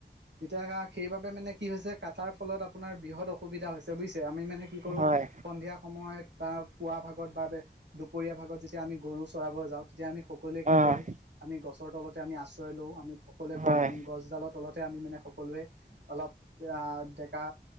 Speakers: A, on the right; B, on the right.
A: এতিয়া সেয়া সেইবাবে মানে কি হৈছে কাটাৰ ফলত আপোনাৰ বৃহৎ অসুবিধা হৈছে বুজিছে আমি মানে কি কৰো
B: হয়
A: উফ্, সন্ধিয়া সময়ত বা পুৱা ভাগত বা দুপৰীয়া ভাগত যেতিয়া আমি গৰু চৰাব যাওঁ তেতিয়া আমি সকলোৱে কি
B: অ'
A: কৰো আমি গছ গছৰ তলতে আমি আশ্ৰয়, লওঁ আমি সকলোৱে
B: হয়
A: গছডালৰ তলতে আমি মানে সকলোৱে অলপ আ আহ ডেকা